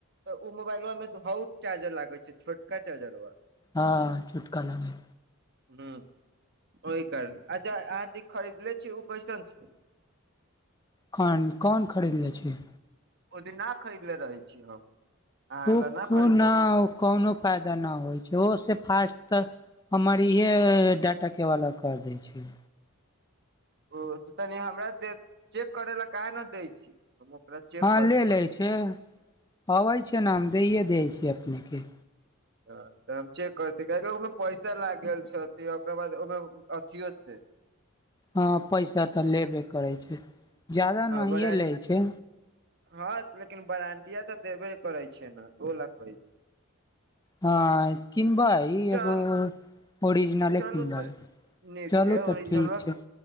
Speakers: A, on the right; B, on the left.
A: तऽ ओ मोबाइलवा मे हऽउ चार्जर लागे छै छोटका चार्जरबा।
B: हँ। चुटका लागे
A: हू ओहि कारण आ अहाँ जे खरीदले छी ओ कैसन छै?
B: केहन कोन खरीदले छी?
A: ओहि दिन ना खरीदले रहै छी हम? अहाँ
B: पुकु
A: ल खरीद
B: न
A: लेलियै
B: <unintelligible> कोनो फायदा न होइ छै ओ से फास्ट तऽ हमर इहे डाटा वला कर दै छै।
A: ओ तऽ कनि हमरा दऽ चेक करऽ लेल, काहे नहि दै छी हम ओकरा? चेक
B: हँ,
A: करती
B: लऽ लै छै, अबैत छै ने। हम दैए दै छी अपनेके।
A: तऽ हम चेक करिते, काहेकि ओहिमे पैसा लागि गेल छै, ओकरा बाद ओहिमे अथियो छै।
B: हँ पैसा तऽ लेबे करैत छै जादा नहिए
A: वारंट
B: लैत छै
A: हँ लेकिन बारातिया तऽ देबे करै छै ने ओहो ला कहै छै
B: हँ कीनबइ
A: चल
B: एगो ओरिजिनले
A: चलू
B: कीनबइ
A: तऽ नीक
B: चलू
A: छै ओरिजिनलवा
B: तऽ ठीक छै